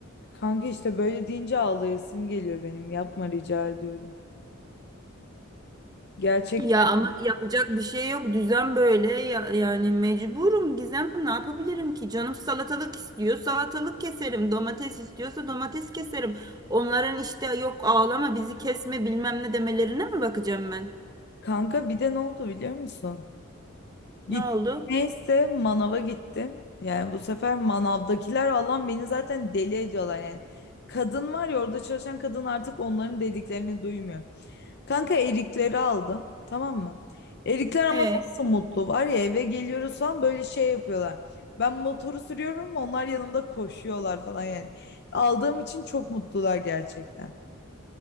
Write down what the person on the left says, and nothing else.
Kanka işte böyle deyince ağlayasım geliyor benim. Yapma rica ediyorum. Gerçekten.
Kanka bir de ne oldu biliyor musun? Gittim
neyse manava gittim. Yani bu sefer manavdakiler Allah'ım beni zaten deli ediyorlar yani. Kadın var ya orada çalışan kadın artık onların dediklerini duymuyor. Kanka erikleri aldım tamam mı? Erikler ama
nasıl mutlu var ya eve geliyoruz falan böyle şey yapıyorlar. Ben motoru sürüyorum onlar yanımda koşuyorlar falan yani. Aldığım için çok mutlular gerçekten.